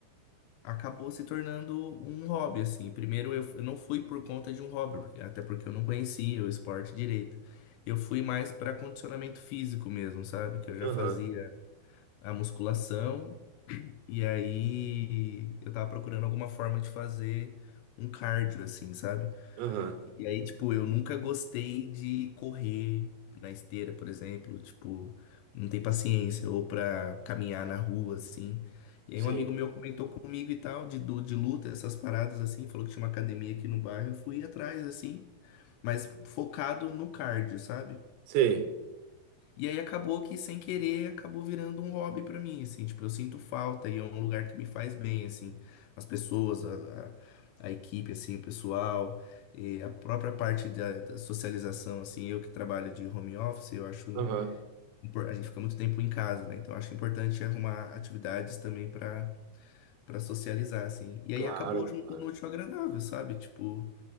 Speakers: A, on the left (about 85°); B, on the right (about 85°).
A: acabou se tornando um hobby, assim. Primeiro eu, eu não fui por conta de um hobby, porque- até porque eu não conhecia o esporte direito. Eu fui mais para condicionamento físico mesmo, sabe? Que eu já
B: aham,
A: fazia a musculação e aí eu tava procurando alguma forma de fazer um cardio, assim, sabe?
B: aham.
A: E aí, tipo, eu nunca gostei de correr na esteira, por exemplo, tipo, não tem paciência, ou pra caminhar na rua, assim. E
B: Sim,
A: aí um amigo meu comentou comigo e tal, de, do de luta, essas paradas, assim, falou que tinha uma academia aqui no bairro, eu fui atrás, assim, mas focado no cardio, sabe?
B: sei.
A: E aí acabou que, sem querer, acabou virando um hobby pra mim, assim, tipo, eu sinto falta e é um lugar que me faz bem, assim, as pessoas, a, a, a equipe, assim, o pessoal, e a própria parte da, da socialização, assim, eu que trabalho de home office, eu acho,
B: Aham,
A: impor- a gente fica muito tempo em casa, né, então eu acho importante arrumar atividades também pra para socializar, assim, e
B: claro,
A: aí acabou juntando
B: claro.
A: o útil ao agradável, sabe, tipo...